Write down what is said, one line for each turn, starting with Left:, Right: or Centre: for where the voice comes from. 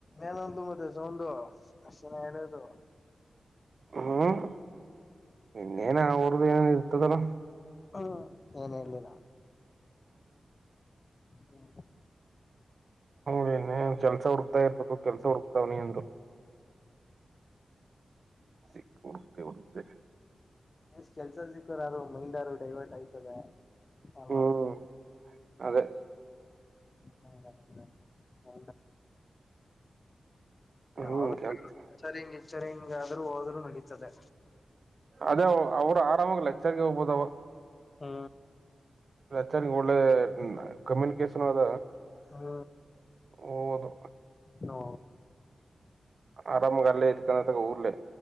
Left: ನ ಮತ್ತ ಸೌ ಮನ ಹೇಳಡದು
Right: ಹ್ಮ್ ಇನ್ನ ಾನ ಆ ರ್ದ ಏನ ಇರ್ತ ತಲ
Left: ಹ್ಮ ಏನ್ ಹೇಳ್ಲಿಲ್ಲ ಹ್ಮ
Right: ಹೇನ ಕೆಲ್ಸ ಹುಡುಕ್ತಾ ಇರ್ಬೇಕು ಕೆಲ್ಸ ಹುಡುಕ್ತಾವ ನೀಿ ಅಂದ್ರು ಸಿಿ ಉಡಬ ಉಡಬೇಕ
Left: ಎಷ್ಟ್ ಕೆಲ್ಸದ ಸಿಕ್ಕರಾರರು ಮೈಂಡ್ ಯಾರು ಡೈವರ್ಟ್ ಆಯ್ತದೆ ಅಲ್ವಾ
Right: ಹ್ಮ್ ಅದೇ
Left: ಹ ಯಾವ್ದಚ್ಚರಿ
Right: ಹ್ಮ್ ಕೆಲ್ಸ
Left: ಹಿಂಗ್ ಎಚ್ಚರಿ ಹಿಂಗಾದ್ರೂ ಹೋದ್ರೂ ನಡೀತದೆ
Right: ಅದೇ ಅವರು ಆರಾಮಾಗ ಲೆಕ್ಚರ್ಗೆ ಹೋಗ್ಬೋದವ
Left: ಹ್ಮ
Right: ಚಾರ್ ಒಳ್ಳೆ ಕಮ್ಯುನಿಕೇಶನ್ ಅದ
Left: ಹ್ಮ
Right: ಹೋಗ್ಬೋದು
Left: ನೋ
Right: ಆರಾಮ ಅಲ್ಲೇ ಇದಕನ ತಾಗ ಊರ್ಲೆೇ